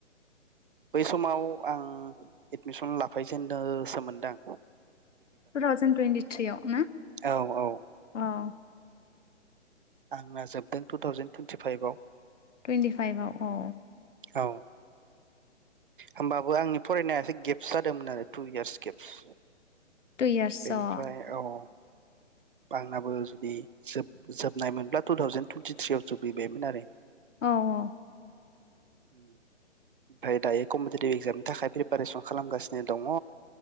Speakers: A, on the right; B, on the left.
A: बै समाव आं एदमिसन लाफैजेननोसो मोनदां।
B: फोराव जों टुन्टि थ्रि आव नो
A: औ औ
B: औ
A: आंना जोबदों टु थावजेन टुइेन्टिफाइभआव।
B: टुइन्टि फाइभव औ
A: औ होमबाबो आंनि फरायनाया एसे गेप्स जादोंमोन आरो two years gaps.
B: Two years
A: बेनिफ्राय
B: अ
A: औ आंनाबो जुदि जोब जोबनायमोनब्ला टु थावजेेन टुइन्टिथ्रिव जोबहैबायमोन आरो।
B: औ औ
A: ओमफ्राय दायो कम्पिटिटिभ एक्जामनि थाखाय प्रिपेरेसन खालामगासिनो दङ।